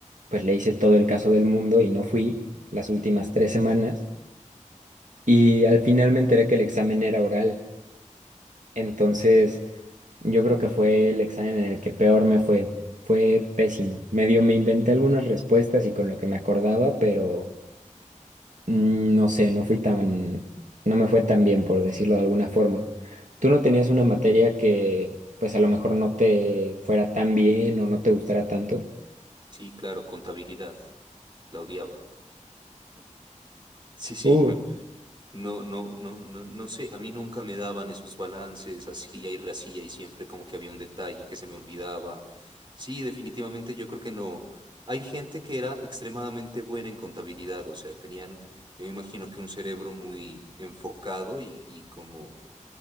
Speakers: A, on the right; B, on the right.
A: pues le hice todo el caso del mundo y no fui las últimas tres semanas y al final me enteré que el examen era oral. Entonces... Yo creo que fue el examen en el que peor me fue. Fue pésimo. Medio me inventé algunas respuestas y con lo que me acordaba, pero mm, no sé, no fui tan, no me fue tan bien, por decirlo de alguna forma. ¿Tú no tenías una materia que, pues a lo mejor no te fuera tan bien o no te gustara tanto?
B: Sí, claro, contabilidad, la odiaba. Sí, sí.
A: Uh,
B: <laughs> No, no, no, no, no sé, a mí nunca me daban esos balances así y racía y siempre como que había un detalle que se me olvidaba. Sí, definitivamente yo creo que no. Hay gente que era extremadamente buena en contabilidad, o sea, tenían, yo me imagino que un cerebro muy enfocado y, y como